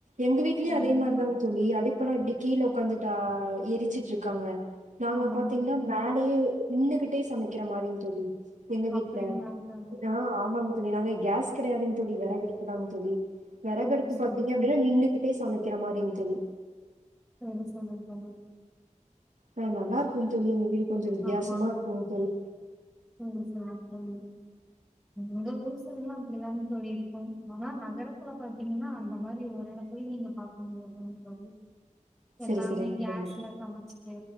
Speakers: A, on the right; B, in the centre.
A: எங்க வீட்லயு
B: ம்
A: அதே மாரிதாங்க தோழி அடுப் ப்பல்லா இப்டி கீழ உட்காந்துட்டா எரிச்சட்டு இருக்காங்க நாங்க
B: ஆமாங்
A: பாத்தீங்கனா
B: தோழி
A: மேல யே நின்னுகிட்டே சமைக்கிற மாரிங் தோழி எங்க வீட்ல
B: அப்படிங்களா தோழி
A: ஆ ஆமாங் தோழி நாங்க கேஸ் கடையாதுங் தோழி வெறகடுப்புதா தோழி வெறகடுப்பு
B: ம் சரி
A: பாத்தீங்க
B: தோழி
A: அப்டின்னா நின்னுகிட் டே சமைக்கிற மாரிங் தோழி
B: ம் சொல்லுங்க தோழி
A: ந நல்லா இருக்குங் தோழி எங்க வீடு கொஞ்ச வித்தியாசமா
B: ஆமாங்
A: இருக்குங் தோழி
B: ம் சேரிங் தோழி எங்க ஊரு சைடுலா அப்டிதானுங் தோழி இருக்கு ஆனா நகரத்துல பாத்தீங்கன்னா அந்த மாரி ஒரு எடத் துலியு நீங்க பாக்க முடியாதுங்க தோழி
A: சரி,
B: எல்லாமே
A: சரிங்க
B: கேஸ்ல
A: தோழி.
B: சமைச்சுட்டு